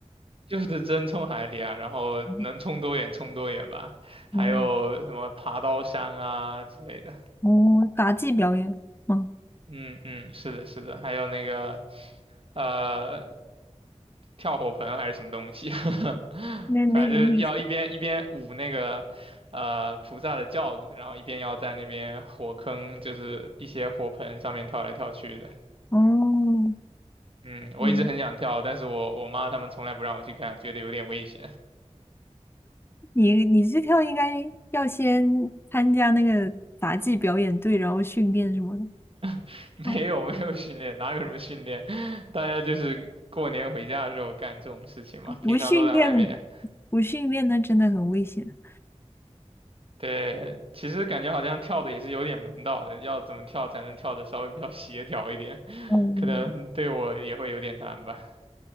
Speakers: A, on the right; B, on the left.
A: 就是真冲海里啊，然后能冲多远冲多远吧，
B: 嗯嗯，
A: 还有什么爬刀山啊之类的。
B: 哦，杂技表演吗？
A: 嗯嗯，是的，是的，还有那个呃，跳火盆还是什么东西，<laughs>
B: 那那个意思。
A: 反正就是要一边一边舞那个呃菩萨的轿子，然后一边要在那边火坑，就是一些火盆上面跳来跳去的。
B: 哦，
A: 嗯，
B: 嗯，
A: 我一直很想跳，但是我我妈他们从来不让我去看，觉得有点危险。
B: 你你这跳应该要先参加那个杂技表演队，然后训练什么的。
A: <laughs> 没有没有训练，
B: 哦，
A: 哪有什么训练？<laughs> 大家就是过年回家的时候干这种事情嘛，平常都在外面
B: 不训练，不训练那真的很危险。
A: 对，其实感觉好像跳的也是有点门道的，要怎么跳才能跳的稍微比较协调一点，<laughs>
B: 嗯，
A: 可能对我也会有点难吧。